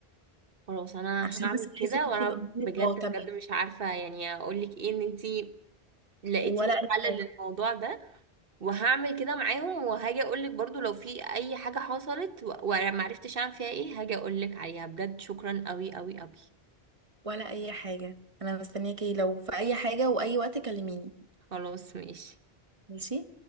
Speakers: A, on the right (about 60°); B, on the right (about 30°).
A: خلاص انا
B: عشان
A: هعمل
B: بس تحسي
A: كده
B: ان انت
A: وانا
B: الامور
A: بجد
B: اه تمام
A: بجد مش عارفه يعني اقول لك ايه ان انت لقيتي
B: ولا
A: لي
B: اي
A: حل
B: حاجة
A: للموضوع ده وهعمل كده معاهم وهاجي اقولك برضو لو في اي حاجة حصلت و- وانا معرفتش اعمل فيها ايه هاجي اقولك عليها بجد شكرا قوي قوي قوي
B: ولا اي حاجة انا مستنياكي لو في اي حاجة واي وقت كلميني
A: خلاص ماشي
B: ماشي